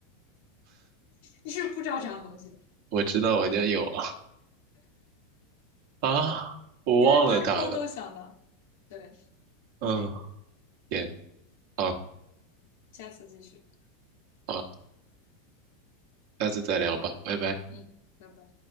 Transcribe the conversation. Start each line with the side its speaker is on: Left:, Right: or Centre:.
Left: 你是不是不知道这样东西的
Right: 我知道我家有啊。啊，我忘了他了。
Left: 你连蒸锅都想到。对，
Right: 嗯，
Left: 行，
Right: 天，好
Left: 下次继续。
Right: 好，下次再聊吧，拜拜。
Left: 嗯，拜拜。